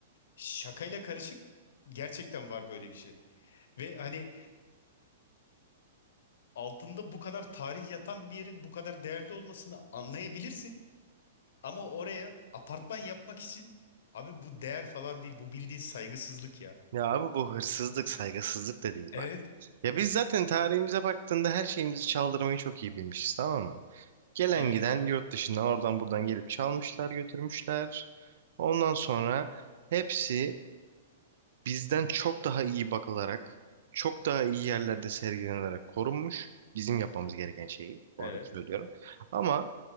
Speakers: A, on the left; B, on the right.
A: şakayla karışık gerçekten var böyle bir şey. Ve hani altında bu kadar tarih yatan bir yerin bu kadar değerli olmasını anlayabilirsin. Ama oraya apartman yapmak için abi bu değer falan değil. Bu bildiğin saygısızlık ya.
B: Ya abi bu hırsızlık saygısızlık da değil
A: Evet.
B: bak. Ya biz zaten tarihimize baktığında her şeyimizi çaldırmayı çok iyi bilmişiz tamam mı? Gelen
A: Evet
B: giden
A: abi.
B: yurt dışından oradan buradan gelip çalmışlar götürmüşler. Ondan sonra hepsi bizden çok daha iyi bakılarak, çok daha iyi yerlerde sergilenerek korunmuş. Bizim yapmamız gereken şeyi bu
A: Evet.
B: arada söylüyorum. Ama